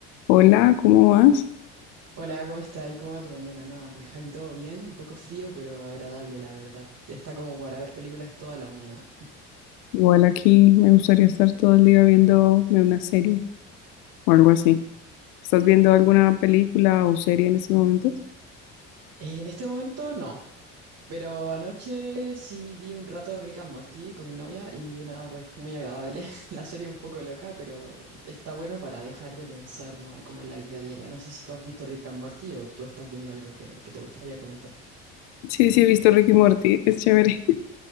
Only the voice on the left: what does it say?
Hola, ¿cómo vas?
Igual aquí me gustaría estar todo el día viéndome una serie o algo así. ¿Estás viendo alguna película o serie en estos momentos?
Sí, sí, he visto Ricky y Morty, es chévere, <laughs> es